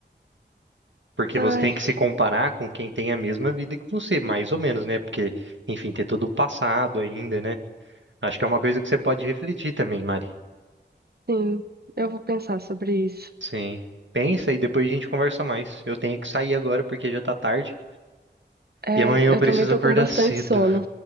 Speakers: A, on the right (about 85°); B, on the right (about 55°).
A: Porque
B: Ai,
A: você tem que se comparar com quem tem a mesma vida que você, mais ou menos, né? Porque, enfim, ter todo o passado ainda, né? Acho que é uma coisa que você pode refletir também, Mari.
B: sim, eu vou pensar sobre isso.
A: Sim. Pensa e depois a gente conversa mais. Eu tenho que sair agora porque já tá tarde.
B: É,
A: E amanhã eu
B: eu
A: preciso
B: também tô
A: acordar
B: com bastante
A: cedo,
B: sono,